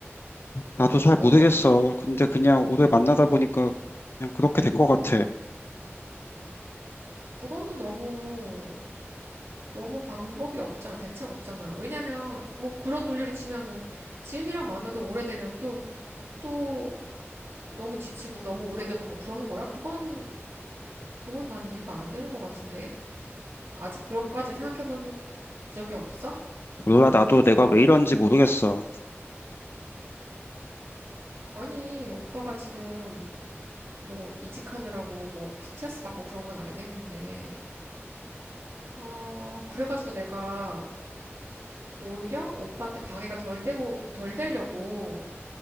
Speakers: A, on the left (about 55°); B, on the right (about 65°).
A: 나도
B: 뭐,
A: 잘
B: 뭐
A: 모르겠어.
B: 때문에?
A: 근데 그냥 오래 만나다 보니까 그냥 그렇게 된 것 같아.
B: 그거는 너무, 너무 방법이 없잖아. 대책 없잖아. 왜냐면, 뭐 그런 논리로 치면은 지은이랑 만나도 오래되면 또, 또 너무 지치고 너무 오래되고 뭐 그러는 거야? 그건, 그건 난 이유가 안 되는 것 같은데. 아직 그것까지 생각해 본 적이 없어?
A: 몰라, 나도 내가 왜 이런지 모르겠어.
B: 아니, 오빠가 지금 뭐 이직하느라고 뭐 스트레스 받고 그런 건 알겠는데. 어, 그래가지고 내가 오히려 오빠한테 방해가 덜 되고, 덜 되려고